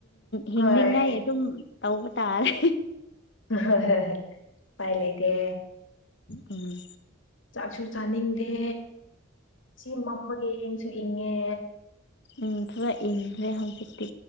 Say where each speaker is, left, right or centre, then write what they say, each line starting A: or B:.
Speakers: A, on the left; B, on the left.
A: ꯍꯤꯡꯅꯤꯡꯉꯥꯏ
B: ꯍꯣꯏ
A: ꯑꯗꯨꯝ ꯇꯧꯕ ꯇꯥꯔꯦ
B: ꯍ ꯍ ꯄꯥꯏ ꯂꯩꯗꯦ
A: ꯎꯝ
B: ꯆꯥꯛꯁꯨ ꯆꯥꯅꯤꯡꯗꯦ ꯁꯤ ꯃꯝꯃꯒ ꯌꯦꯡꯁꯨ ꯏꯪꯉꯦ
A: ꯎꯝ ꯊꯔꯥꯏ ꯏ ꯔꯦꯍꯝꯖꯤꯤꯛꯇꯤ